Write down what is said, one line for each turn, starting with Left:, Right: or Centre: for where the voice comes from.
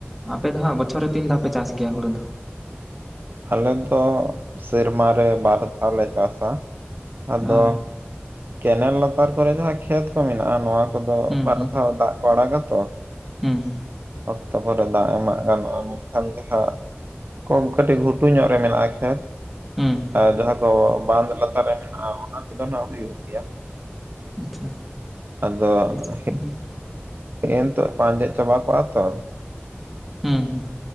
Centre: ᱟᱯᱮ ᱫᱚᱦᱟᱸᱜ ᱵᱚᱪᱷᱚᱨ ᱨᱮ ᱛᱤᱱ ᱫᱷᱟᱣ ᱯᱮ ᱪᱟᱥ ᱜᱮᱭᱟ ᱦᱩᱲᱩ ᱫᱚ
Right: ᱟᱞᱮ ᱫᱚ ᱥᱮᱨᱢᱟ ᱨᱮ ᱵᱟᱨ ᱫᱷᱟᱣᱞᱮ ᱪᱟᱥᱟ ᱟᱫᱚ
Centre: ᱚ
Right: ᱠᱮᱱᱮᱞ ᱞᱟᱛᱟᱨ ᱠᱚᱨᱮ ᱡᱟᱦᱟᱸ ᱠᱷᱮᱛ ᱠᱚ ᱢᱮᱱᱟᱜᱼᱟ ᱱᱚᱣᱟ ᱠᱚᱫᱚ
Centre: ᱦᱩᱸ
Right: ᱵᱟᱨ ᱫᱷᱟᱣ ᱫᱟᱜ ᱠᱚ ᱟᱲᱟᱜᱟᱛᱚ
Centre: ᱦᱩᱸ ᱦᱩᱸ
Right: ᱚᱠᱛᱚ ᱠᱚᱨᱮ ᱫᱟᱜ ᱮᱢᱟᱜ ᱜᱟᱱᱚᱜᱼᱟ ᱢᱮᱱᱠᱷᱟᱱ ᱜᱮ ᱦᱟᱜ ᱠᱚᱢ ᱠᱟᱹᱴᱤᱡ ᱜᱷᱩᱴᱩ ᱧᱚᱜ ᱨᱮ ᱢᱮᱱᱟᱜ ᱟ ᱠᱷᱮᱛ
Centre: ᱦᱩᱸ ᱦᱩᱸ
Right: ᱟᱨ ᱡᱟᱦᱟᱸ ᱠᱚ ᱵᱟᱸᱫᱷ ᱞᱟᱛᱟᱨ ᱨᱮ ᱢᱮᱱᱟᱜᱼᱟ ᱚᱱᱟ ᱠᱚᱫᱚ ᱱᱟᱜ ᱦᱩᱭᱩᱜ ᱜᱮᱭᱟ
Centre: <unintelligible> ᱟᱪᱪᱷᱟ
Right: ᱟᱫᱚ
Centre: ᱵᱮᱥ
Right: ᱦᱮᱜ
Centre: ᱵᱷᱟᱜᱤ ᱜᱮ
Right: ᱛᱚᱜ ᱟᱸᱡᱮᱫ ᱪᱟᱵᱟ ᱠᱚᱜᱼᱟ ᱛᱚ
Centre: ᱦᱩᱸ ᱦᱩᱸ